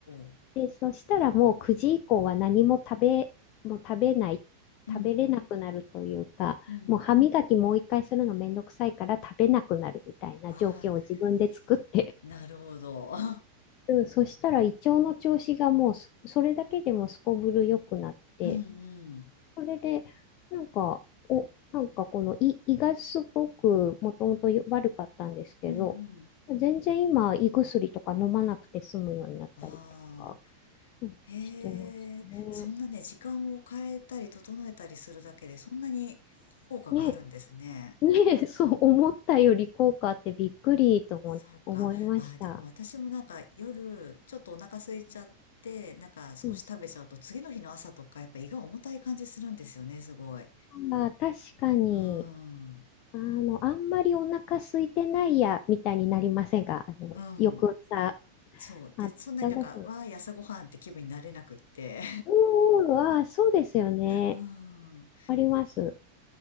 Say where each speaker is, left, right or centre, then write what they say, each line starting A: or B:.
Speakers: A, on the left; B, on the left.
A: お。
B: で、そしたらもう9時以降は何も食べ、もう食べない、
A: うん。
B: 食べれなくなるというか、
A: うん。
B: もう歯磨きもう一回するのめんどくさいから食べなくなるみたいな状況を自分で作って
A: ああ、なるほど。<laughs>
B: うん、そしたら胃腸の調子がもうすそれだけでもすこぶる良くなって、
A: うんうん。
B: それで、なんか、お、なんかこの胃、胃がすごくもともと悪かったんですけど、
A: うんうん。
B: 全然今胃薬とか飲まなくて済むようになったりとか、
A: あ
B: うんしてますね。
A: あ、へえ、そんなね、時間を変えたり整えたりするだけで、そんなに効果があるんですね。
B: ね、ね、<laughs> そう思ったより効果あってびっくりとも思いました。
A: そうか。ああ、でも私もなんか夜、ちょっとお腹空いちゃって、なんか少し食べちゃうと、
B: うん、
A: 次の日の朝とか、やっぱ胃が重たい感じするんですよね、すごい。
B: あー、確かに。
A: うん。
B: あの、あんまりお腹空いてないや、みたいになりませんかあの、
A: うん。
B: 翌朝、
A: そう。で、
B: あったご飯。
A: そんなになんか、わあ、朝ごはんって気分になれなくって。
B: うーん、あー、そうですよね。
A: <laughs> うん。
B: あります。